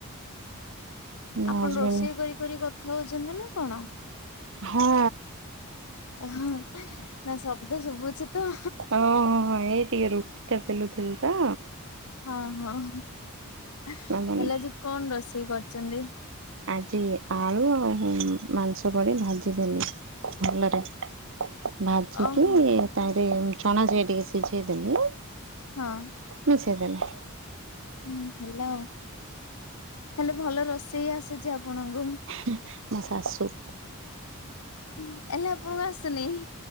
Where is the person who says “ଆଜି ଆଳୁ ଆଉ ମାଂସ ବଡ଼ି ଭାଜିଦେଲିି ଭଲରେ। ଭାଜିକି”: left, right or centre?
Right